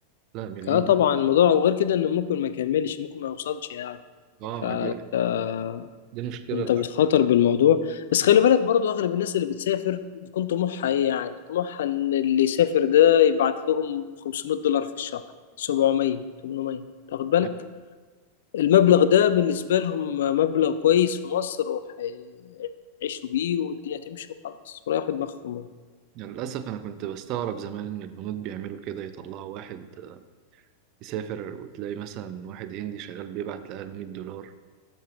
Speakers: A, on the right; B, on the left.
A: لا مليون
B: اه طبعا
A: ونص
B: الموضوع وغير كده إنه ممكن ما يكملش ممكن ما يوصلش يعني
A: اه
B: ف
A: ما دي
B: آه،
A: دي المشكلة
B: أنت
A: الأكبر
B: بتخاطر بالموضوع بس خلي بالك برضه أغلب الناس اللي بتسافر بتكون طموحها إيه يعني طموحها إن اللي يسافر ده يبعت لهم 500 دولار في الشهر 700 800 تاخد بالك
A: يعني
B: المبلغ ده بالنسبة لهم مبلغ كويس في مصر وهيعيشوا بيه والدنيا تمشي وخلاص وياخد دماغهم بقى.
A: للأسف أنا كنت بستغرب زمان إن الهنود بيعملوا كده يطلعوا واحد يسافر وتلاقي مثلا واحد هندي شغال بيبعت لأهله 100 دولار